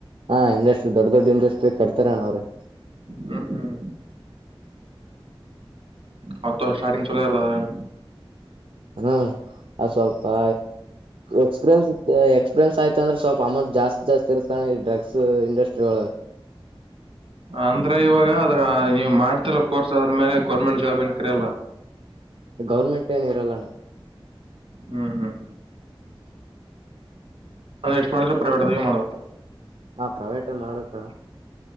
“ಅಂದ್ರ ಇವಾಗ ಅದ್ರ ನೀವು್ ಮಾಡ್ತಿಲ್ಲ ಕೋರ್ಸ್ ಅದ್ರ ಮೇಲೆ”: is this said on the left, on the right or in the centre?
Right